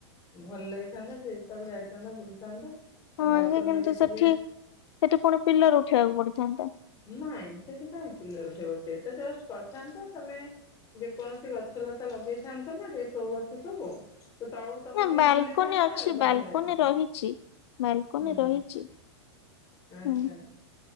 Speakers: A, on the left; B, on the left.
A: ଭଲ ଲାଗିଥାନ୍ତା ସେ ଯେତେବେଳେ ଯାଇଥାନ୍ତା ବୁଲିଥାନ୍ତା। ତା
B: ହଁ
A: ବାଲକୋନିରେ
B: ଯେ କିନ୍ତୁ ସେଠି
A: ଟିକେ
B: ସେଠି ପୁଣି ପିଲର ଉଠେଇବାକୁ ପଡ଼ିଥାନ୍ତା।
A: ନାଇଁ ସେଠି କାଇଁ ପିଲର ଉଠେଇବ ସେଟା ଜଷ୍ଟ କରିଥାନ୍ତ ତମେ ଯେକୌଣସି ଗଛ ଲତା ଲଗେଇଥାନ୍ତ ନା ଢେ ଶୋ ଗଛ ସବୁ ତ ତଳକୁ ତମର
B: ନା
A: ଟିକେ
B: ବାଲକୋନି
A: ଝୁଲିଥାନ୍ତା
B: ଅଛି
A: ବଢ଼ିଆ
B: ବାଲକୋନି
A: ଲାଗିଥାନ୍ତା।
B: ରହିଛି ବାଲକୋନି
A: ହୁଁ।
B: ରହିଛି
A: ଆଚ୍ଛା।
B: ହୁଁ।